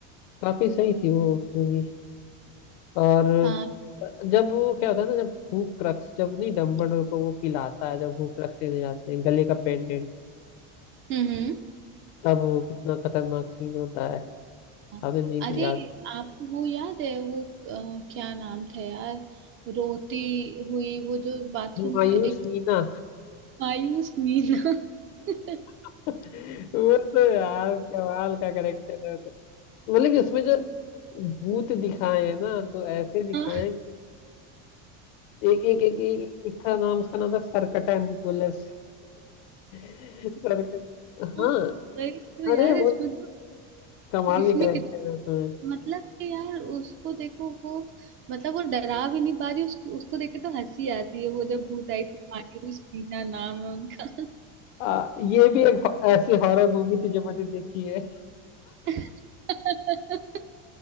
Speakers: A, on the left; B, on the right.
A: काफी सही थी वो उसमें भी और
B: हाँ
A: जब वो क्या होता है ना जब हूक क्रक्स जब नहीं डम्बलडोर को वो पिलाता है जब हूक क्रक्स लेने जाते हैं गले का पेंडेंट
B: हम्म हम्म
A: तब वो कितना खतरनाक सीन होता है
B: हाँ।
A: आपने नहीं दिया
B: अरे
A: याद?
B: आपको वो याद है वो अ, क्या नाम था यार रोती हुई वो जो बाथरूम
A: मायूस
B: में एक
A: मीना
B: मायूस मीना <laughs>
A: <laughs> वो तो यार कमाल का करेक्टर है मतलब कि उसमें जो भूत दिखाए हैं ना तो ऐसे दिखाए
B: हाँ
A: हैं कि एक एक एक एक, एक था नाम उसका नाम था सरकटा निकोलस <laughs> सरकट
B: हाँ,
A: हाँ
B: वही तो यार
A: अरे बहुत
B: इसमें तो
A: कमाल
B: इसमें
A: के करेक्टर
B: कितना
A: है उसमें
B: मतलब कि यार उसको देखो वो मतलब वो डरा भी नहीं पा रही उसको उसको देख के तो हंसी आती है वो जब भूत आई थी मायूस पीना नाम है उनका
A: आ, ये भी एक हो- ऐसी हॉरर मूवी थी जो मैंने देखी है
B: <laughs>